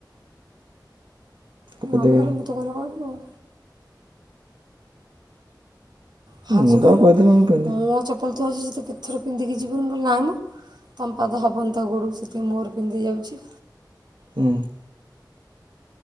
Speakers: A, on the right; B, on the right.
A: କହିଦେବି
B: ନ କହିଲେ
A: ଆଉ
B: ମୁଁ ତ ଗଲେ କହିବି ଆଉ। ଭାଉଜ
A: ମୁଁ ତ
B: କହିଲେ
A: ଆଉ କହିଦେଲି ମୁଁ ପିନ୍ଧେ
B: ମୋ ଚପଲ ତ ଅଛି ସେ ତ କେତେଥର ପିନ୍ଧିକି ଯିବୁହେରି ମୁଁ କହିଲି ନାଇଁ ମ। ତମ ପାାଦ ହବନି ତା ଗୋଡ଼କୁ ସେଥିପାଇଁ ମୋର ପିନ୍ଧି ଯାଉଛି।
A: ହୁଁ।